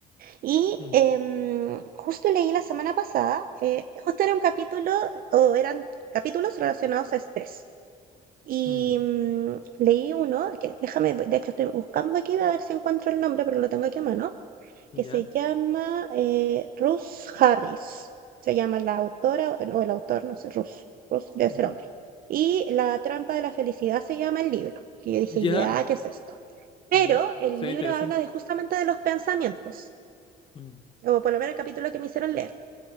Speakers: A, on the right (about 60°); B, on the left (about 30°).
A: Y
B: mm,
A: em, justo leí la semana pasada, eh, justo era un capítulo, o eran capítulos relacionados a estrés. Y
B: mm,
A: mm, leí uno, que déjame, de hecho estoy buscando aquí a ver si encuentro el nombre porque lo tengo aquí a mano,
B: ya,
A: que se llama eh, Ruth Harris. Se llama la autora o el autor, no sé, Ruth. Ruth debe
B: ujú,
A: ser hombre. Y La trampa de la felicidad se llama el libro. Y yo dije,
B: ya,
A: ya, ¿qué es esto? Pero
B: ya,
A: el
B: suena
A: libro
B: interesante.
A: habla de justamente de los pensamientos
B: Mm,
A: o por lo menos el capítulo que me hicieron leer.